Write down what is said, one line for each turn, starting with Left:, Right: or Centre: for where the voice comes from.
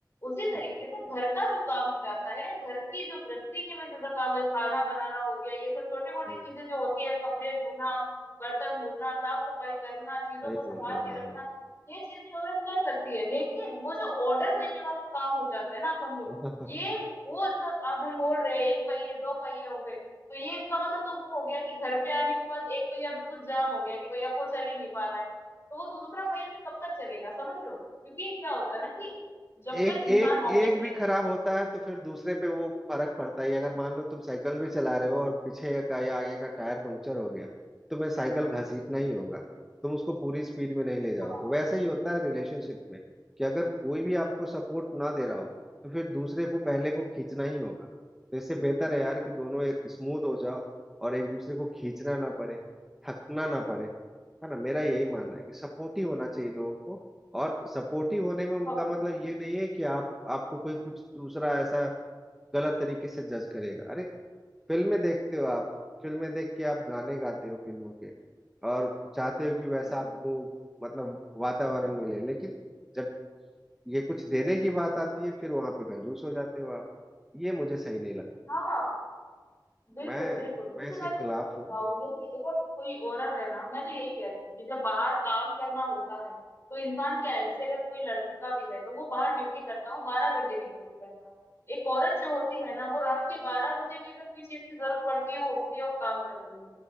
Left: उसी तरीके
Centre: जी,
Left: से घर का जो काम हो जाता है घर की जो गृहस्थी के में जिनका काम है खाना बनाना हो गया ये सब छोटी मोटी
Centre: जी,
Left: चीजें जो होती है कपड़े धोना बर्तन धोना साफ सफाई करना चीजों
Centre: सही
Left: को संभाल
Centre: बोल रहे हो
Left: के रखना
Centre: हाँ
Left: ये चीजें औरत कर सकती है लेकिन वो जो ऑर्डर देने वाला काम हो जाता है ना आप समझो
Centre: हाँ
Left: ये वो जो अब हम बोल रहे हैं एक पहिए दो पहिए हो गए तो ये इसका मतलब तो वो हो गया कि घर पे आने के बाद एक पहिया बिल्कुल जाम हो गया कि भैया वो चल ही नहीं पा रहा है तो वो दूसरा पहिया भी कब तक चलेगा समझ रहे हो क्योंकि क्या होता है ना कि जब
Centre: एक
Left: तक इंसान
Centre: एक
Left: ऑफिस
Centre: एक
Left: में
Centre: भी खराब
Left: है।
Centre: होता है तो फिर दूसरे पे वो फर्क पड़ता ही है। अगर मान लो तुम साइकिल भी चला रहे हो और पीछे का या आगे का टायर पंक्चर हो गया तो तुम्हें साइकिल घसीटना ही होगा तुम उसको पूरी स्पीड में नहीं ले जाओगे
Left: हाँ
Centre: वैसा ही होता है रिलेशनशिप में कि अगर कोई भी आपको सपोर्ट ना दे रहा हो तो फिर दूसरे को पहले को खींचना ही होगा तो इससे बेहतर है यार कि दोनों स्मूथ हो जाओ और एक दूसरे को खींचना ना पड़े थकना ना पड़े है ना मेरा यही मानना है कि सपोर्टिव होना चाहिए लोगों को और सपोर्टिव होने में
Left: हाँ
Centre: का मतलब ये नहीं है कि आप आपको कोई कुछ दूसरा ऐसा गलत तरीके से जज करेगा अरे फिल्में देखते हो आप फिल्में देख के आप गाने गाते हो फिल्मों के और चाहते हो कि वैसा
Left: हम्म
Centre: आपको मतलब वातावरण मिले लेकिन जब ये कुछ देने की बात आती है फिर वहां पे कंजूस हो जाते हो आप ये मुझे सही नहीं लगता
Left: हाँ हाँ, बिल्कुल
Centre: मैं
Left: बिल्कुल जैसे
Centre: मैं इसके
Left: मैं
Centre: खिलाफ
Left: तुमको बताऊँ
Centre: हूँ
Left: जैसे अगर कोई औरत है ना मैं तो यही कहती हूँ कि जब बाहर काम करना होता है तो इंसान क्या है जैसे अगर कोई लड़का भी है तो वो बाहर ड्यूटी करता है वो बारह घंटे की ड्यूटी करता है एक औरत जो होती है ना वो रात के बारह बजे भी अगर कोई चीज की जरूरत पड़ती है वो उठती है और काम करती है